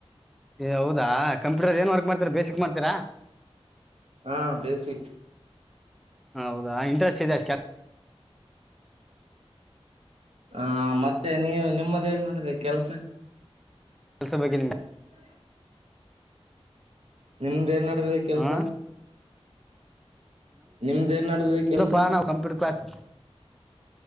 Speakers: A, in the centre; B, on the right (about 75°).
A: ಏ ಹೌದಾ ಕಂಪ್ಯೂಟರ್ ಏನ್ ವರ್ಕ್ ಮಾಡ್ತೀರಾ ಬೇಸಿಕ್ ಮಾಡ್ತೀರಾ
B: ಹಾ ಬೇಸಿಕ್
A: ಹೌದಾ ಇಂಟ್ರೆಸ್ಟ್ ಇದೆ ಅಷ್ಟ ಕೆಲಸ
B: ಹಾ ಮತ್ತೆ ನೀವು ನಿಮ್ಮದ ಏನ್ ಮಾಡ್ರಿ ಕೆಲ್ಸ
A: ಕೆಲಸ ಬಗ್ಗೆ ನಿ
B: ಹ್ಮ ನಿಮ್ದ್ ಏನ್ ನಡ್ರಿ ಕೆಲ್ಸ
A: ಹಾ
B: ನಿಮ್ದ ಏನ್ಡದ್ರರಿ
A: ನಮ್ದಪ್ಪಾ
B: ಕೆಲ್ಸ
A: ನಾವು ಕಂಪ್ಯೂಟರ್ ಕ್ಲಾಸ್